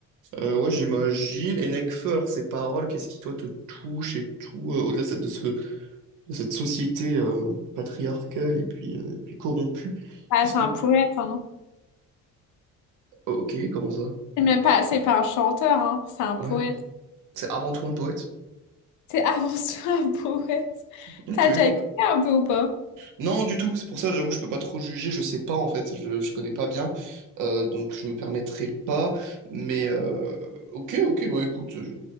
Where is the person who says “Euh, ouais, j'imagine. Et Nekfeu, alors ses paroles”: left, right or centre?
Right